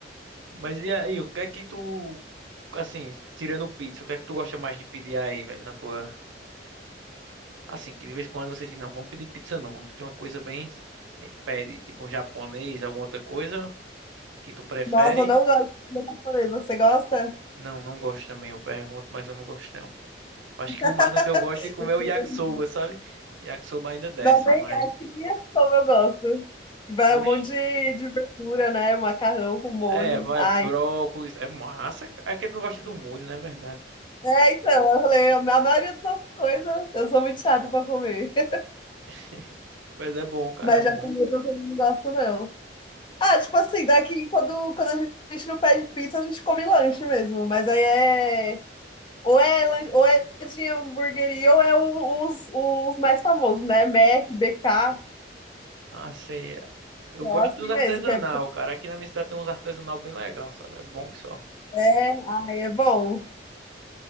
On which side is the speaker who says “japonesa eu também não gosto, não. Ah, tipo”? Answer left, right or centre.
Left